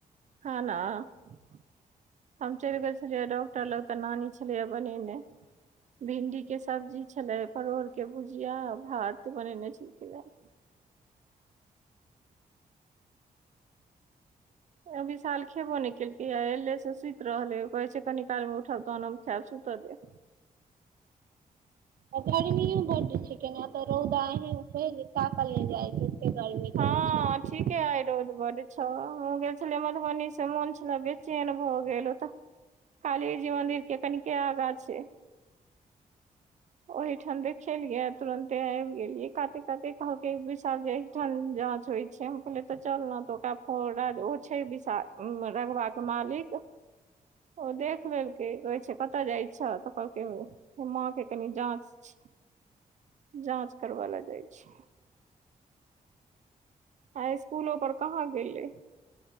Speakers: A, on the right; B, on the right.
A: खाना <inaudible> हम चैल गेल छलियै डॉक्टर लग तऽ नानी छै छलैय बनेनै भिंडी केँ सब्जी छलै परोर केँ भुजिया भात बनेने छलखिन रहै विशाल खेबो नहि केलकै या ऐले से सुत रहले कहै छै कनी काल मे उठब तहन खायब सुत दे
B: आ गर्मियो बढ़ जे छै केना तऽ रौदा एहन छै जे ताकल नहि जाइ छै गर्मी केने
A: हँ
B: छै
A: ठीक - ठीके आए रौद बड़ छौ गेल छेलियै मधुबनी से मोन छेला बेचैन भऽ गेल ओतऽ काली जी मंदिर केँ कनि केँ आगा छै ओहि ठाम देखेलिये तुरंते आबि गेलियै काते काते कहलकेँ विशाल ठण जाँच होइ छै हम कहलिए तऽ चल न तऽ ओकरा फोरा ओ छै विशाल उऽ मऽ रघबा कऽ मालिक ओ देख लेलकै कहै छै कतऽ जाइ छ तऽ कहलकै माँ केँ कनि जाँच <inaudible> जाँच करबै लऽ जाइ छी आए इसकुलो पर कहाँ गेले